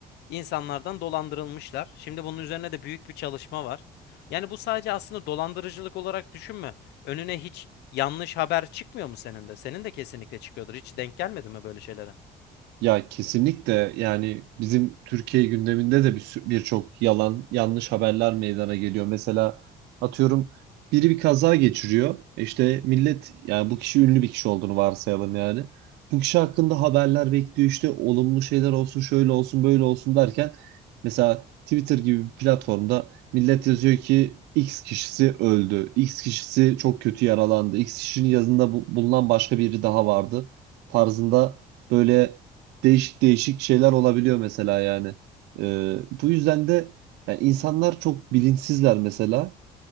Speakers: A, on the left (about 80°); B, on the right (about 80°).
A: insanlardan dolandırılmışlar. Şimdi bunun üzerine de büyük bir çalışma var. Yani bu sadece aslında dolandırıcılık olarak düşünme. Önüne hiç yanlış haber çıkmıyor mu senin de? Senin de kesinlikle çıkıyordur. Hiç denk gelmedi mi böyle şeylere?
B: Ya kesinlikle yani bizim Türkiye gündeminde de bir sü- birçok yalan yanlış haberler meydana geliyor. Mesela atıyorum biri bir kaza geçiriyor. E İşte millet yani bu kişi ünlü bir kişi olduğunu varsayalım yani. Bu kişi hakkında haberler bekliyor işte olumlu şeyler olsun şöyle olsun böyle olsun derken mesela Twitter gibi bir platformda millet yazıyor ki X kişisi öldü. X kişisi çok kötü yaralandı. X kişinin yanında bu- bulunan başka biri daha vardı tarzında böyle değişik değişik şeyler olabiliyor mesela yani. Ee, bu yüzden de yani insanlar çok bilinçsizler mesela.